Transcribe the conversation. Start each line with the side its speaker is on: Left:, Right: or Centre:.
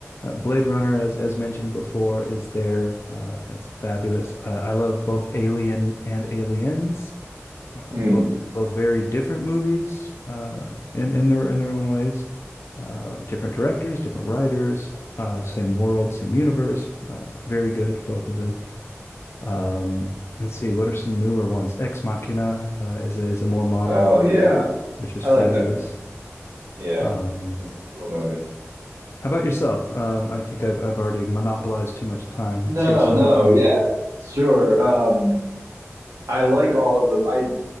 Left: Uh, Blade Runner, as as mentioned before, is there. Uh, it's fabulous. Uh, I love both Alien and Aliens, uh,
Right: Mm.
Left: both both very different movies uh, in in their in their own ways. Uh, different directors, different writers, uh, same world, same universe. Uh, very good, both of them. Um, let's see, what are some newer ones? Ex Machina uh, is a, is a more modern
Right: Oh
Left: movie,
Right: yeah.
Left: which is
Right: I
Left: fabulous.
Right: like that movie. Yeah.
Left: Um,
Right: It's a cool movie.
Left: How about yourself? Um, I think I've I've already monopolized too much time.
Right: No,
Left: Let's hear some
Right: no,
Left: more from
Right: yeah.
Left: you.
Right: Sure. Um, I like all of those. I